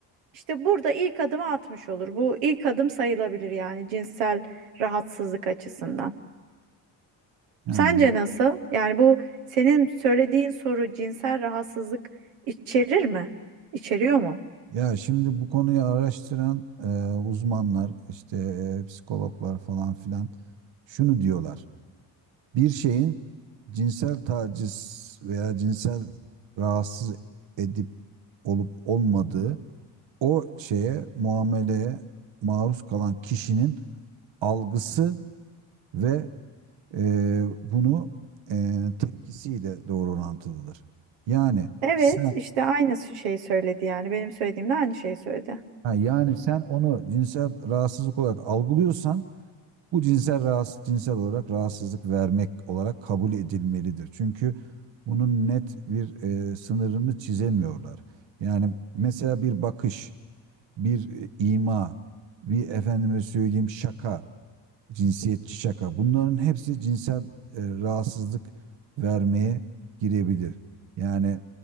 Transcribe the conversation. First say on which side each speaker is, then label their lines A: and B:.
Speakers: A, on the right; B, on the right.
A: işte burada ilk adımı atmış olur. Bu ilk adım sayılabilir yani cinsel rahatsızlık açısından.
B: Ha.
A: Sence nasıl? Yani bu senin söylediğin soru cinsel rahatsızlık içerir mi? İçeriyor mu?
B: Ya şimdi bu konuyu araştıran e, uzmanlar, işte e, psikologlar falan filan şunu diyorlar. bir şeyin cinsel taciz veya cinsel rahatsız edip olup olmadığı o şeye muameleye maruz kalan kişinin algısı ve e, bunu e, tepkisiyle doğru orantılıdır. Yani
A: Evet,
B: sen
A: işte aynı şeyi söyledi yani benim söylediğimle aynı şeyi söyledi.
B: ha, yani sen onu cinsel rahatsızlık olarak algılıyorsan Bu cinsel rahatsız, cinsel olarak rahatsızlık vermek olarak kabul edilmelidir. Çünkü bunun net bir e, sınırını çizemiyorlar. Yani mesela bir bakış, bir e, ima, bir efendime söyleyeyim şaka, cinsiyetçi şaka. Bunların hepsi cinsel e, rahatsızlık vermeye girebilir. Yani